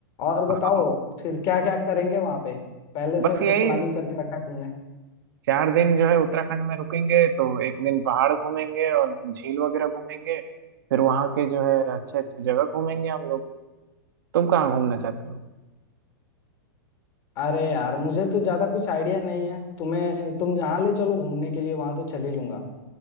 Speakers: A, on the left (about 45°); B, on the right (about 65°).
A: और
B: हाँ
A: बताओ फिर क्या क्या करेंगे वहां पे पहले से
B: बस यही
A: तो प्लानिंग करके रखा है तुमने
B: चार दिन जो है उत्तराखंड में रुकेंगे तो एक दिन पहाड़ घूमेंगे और झील वगैरह घूमेंगे फिर वहाँ के जो है अच्छे अच्छे जगह घूमेंगे हम लोग तुम कहाँ घूमना चाहते हो
A: अरे यार मुझे तो ज्यादा कुछ आइडिया नहीं है तुम्हें तुम जहाँ ले चलो घूमने के लिए वहां तो चल ही लूंगा